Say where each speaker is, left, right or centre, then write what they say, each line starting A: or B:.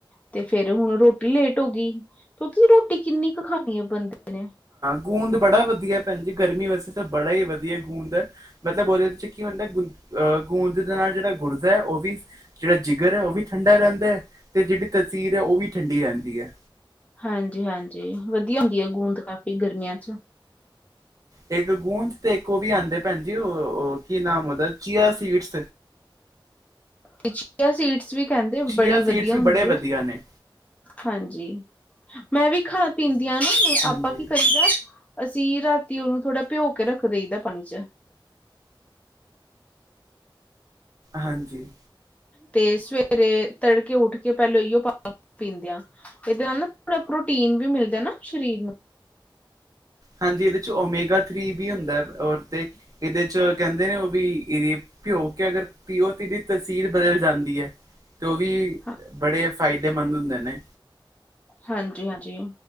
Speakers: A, on the left; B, on the right.
A: ਤੇ ਫੇਿਰ ਹੁਣ ਰੋਟੀ ਲੇਟ ਹੋ ਗਈ। ਕਿਉਂਕਿ ਰੋਟੀ ਕਿੰਨੀ ਕੁ ਖਾਨੀ ਹੈ ਬੰਦੇ ਨੇ।
B: ਗੋਦ ਬੜਾ ਵਧੀਆ ਭੈਣੀ ਗਰਮੀ ਵਾਸਤੇ ਤਾਂ ਬੜਾ ਹੀ ਵਧੀਆ ਗੋਦ ਹੈ। ਮਤਲਬ ਉਹਦੇਦੇ ਚ ਕੀ ਹੁੰਦਾ ਅਹ ਗੂੰਦ ਕਤਿਰੇ ਨਾਲ ਜਿਹੜਾ ਗੁਰਦ ਹੈ ਉਹ ਵੀ ਜਿਹੜਾ ਜਿਗਰ ਹੈ ਉਹ ਵੀ ਠੰਡਾ ਰਹਿੰਦਾ ਹੈ ਤੇ ਜਿਹੜੀ ਤਸੀਰ ਹੈ ਉਹ ਵੀ ਠੰਡੀ ਰਹਿੰਦੀ ਹੈ।
A: ਹਾਂਜੀ-ਹਾਂਜੀ, ਵਧੀਆ ਹੁੰਦੀ ਹੈ। ਗੋਦ ਕਾਫ਼ੀ ਗਰਮੀਆਂ ਚ।
B: ਇੱਕ ਗੂੰਦ ਤੇ ਇੱਕ ਉਹ ਵੀ ਆਂਦੇ ਭੈਣ ਜੀ ਕੀ ਨਾਮ ਉਹਦਾ ਚੀਆ ਸੀਡਸ।
A: ਇਹ ਚੀਆਂ ਸਿਡਜ਼ ਵੀ ਕਹਿੰਦੇ
B: ਚੀਆ
A: ਬੜੀ
B: ਸੀਡਸ
A: ਵਧੀਆ
B: ਵੀ
A: ਹੁੰਦੀ
B: ਬੜੇ
A: ਆ।
B: ਵਧੀਆ ਨੇ
A: ਹਾਂਜੀ, ਮੈਂ ਵੀ ਖਾ-ਪੀਂਦੀ ਹਾਂ ਨਾ
B: ਹਾਂਜੀ
A: ਆਪਾਂ ਕੀ ਕਰੀਦਾ? ਅਸੀਂ ਰਾਤੀ ਉਹਨੂੰ ਥੋੜ੍ਹਾ ਭਿਓ ਕੇ ਰੱਖਦੇਈਦਾ ਪਾਣੀ ਚ।
B: ਹਾਂਜੀ।
A: ਤੇ ਸਵੇਰੇ, ਤੜਕੇ ਉੱਠ ਕੇ ਪਹਿਲ ਇਓ ਪਾ ਪੀਂਦਿਆਂ। ਇਹਦੇ ਨਾਲ ਨਾ ਥੋੜ੍ਹਾ ਪ੍ਰੋਟੀਨ ਵੀ ਮਿਲਦਾ ਨਾ ਸਰੀਰ ਨੂੰ।
B: ਹਾਂਜੀ ਇਹਦੇ ਚ ਓਮੇਗਾ ਥ੍ਰਰੀ ਵੀ ਹੁੰਦਾ ਔਰ ਤੇ ਇਹਦੇ ਚ ਕਹਿੰਦੇ ਨੇ ਉਹ ਵੀ ਇਹਦੀ ਪੇਯਓ ਕੇ ਅਗਰ ਪਿਓ ਤੇ ੲਦੀ ਤਸੀਰ ਬਦਲ ਜਾਂਦੀ ਔ ਤੇ ਉਹ ਵੀ
A: ਹਾਂ
B: ਬੜੇ ਫਾਇਦੇਮੰਦ ਹੁੰਦੇ ਨੇ
A: ਹਾਂਜੀ ਹਾਂਜੀ